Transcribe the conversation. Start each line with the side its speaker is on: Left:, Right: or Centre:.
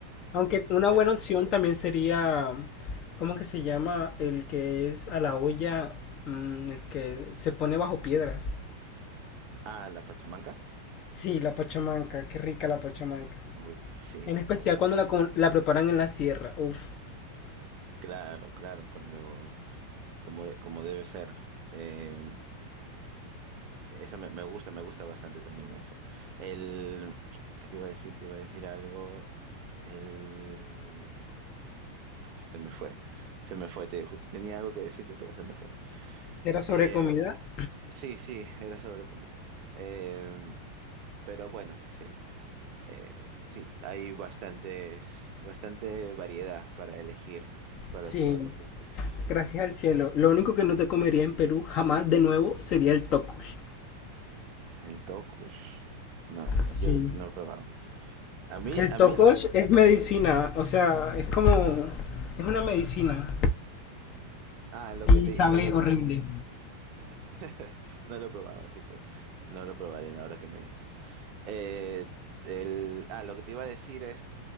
Left: Aunque una
Right: <laughs>
Left: buena
Right: Es-
Left: opción también sería, ¿cómo que se llama? El que es a la olla, mm, el que se pone bajo piedras.
Right: ah, la pachamanca.
Left: Sí, la pachamanca, qué rica la pachamanca.
Right: Uy, sí,
Left: En especial cuando la, com- la preparan en la sierra. Uf,
Right: claro, claro, cuando... como, de- como debe ser. Eh, eso me, me gusta, me gusta bastante también eso. El, ¿qué te iba a decir? Te iba a decir algo. El, se me fue, se me fue. Te, justo tenía algo que decirte, pero se me fue.
Left: ¿era sobre
Right: Eh,
Left: comida?
Right: sí, sí, era sobre comida. Eh, pero bueno, sí, eh, sí, hay bastantes, bastante variedad para elegir para
Left: Sí,
Right: todos los gustos.
Left: gracias al cielo. Lo único que no te comería en Perú jamás de nuevo sería el tocosh.
Right: El tokush, no, no,
Left: Sí.
Right: yo no, no he probado. A mí,
Left: El
Right: a
Left: tocosh
Right: mí lo que
Left: es medicina, o sea, es como, es una medicina
Right: Ah, lo que
Left: y
Right: te,
Left: sabe
Right: lo que
Left: horrible.
Right: <laughs> no lo he probado, así que no lo probaré ahora que me dices. Eh, el, ah, lo que te iba a decir es